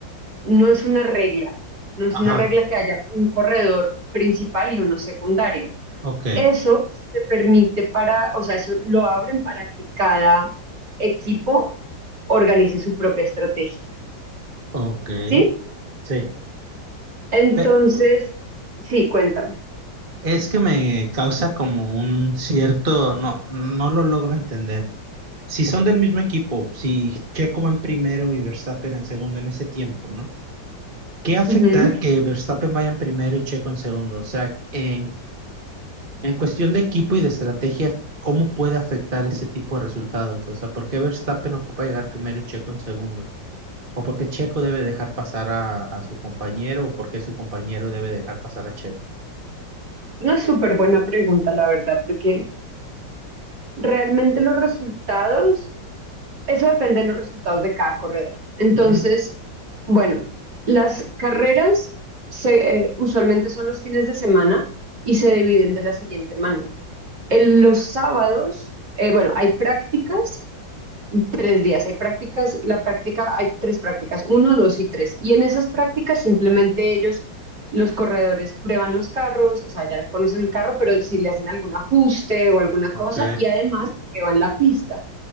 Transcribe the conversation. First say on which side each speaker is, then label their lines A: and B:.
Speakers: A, on the right; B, on the right.
A: no es una regla, no es
B: Ajá.
A: una regla que haya un corredor principal y uno secundario.
B: Ok,
A: Eso te permite para, o sea, eso lo abren para que cada equipo organice su propia estrategia,
B: ok,
A: ¿sí?
B: sí.
A: Entonces,
B: Pe-
A: sí, cuéntame.
B: es que me causa como un cierto, no, no lo logro entender. si son del mismo equipo, si Checo va en primero y Verstappen en segundo en ese tiempo, ¿no? ¿Qué afecta
A: Ujú.
B: que Verstappen vaya en primero y Checo en segundo? O sea, en, en cuestión de equipo y de estrategia, ¿cómo puede afectar ese tipo de resultados? O sea, ¿por qué Verstappen ocupa llegar primero y Checo en segundo? ¿O por qué Checo debe dejar pasar a, a su compañero? ¿O por qué su compañero debe dejar pasar a Checo?
A: Es una súper buena pregunta, la verdad, porque realmente los resultados Eso depende de los resultados de cada corredor. Entonces,
B: Ujú.
A: bueno, las carreras se, eh, usualmente son los fines de semana y se dividen de la siguiente manera. En los sábados, eh, bueno, hay prácticas, tres días, hay prácticas, la práctica, hay tres prácticas, uno, dos y tres. Y en esas prácticas simplemente ellos, los corredores, prueban los carros, o sea, ya conocen el carro, pero si le hacen algún ajuste o alguna cosa
B: Ok,
A: y además prueban la pista.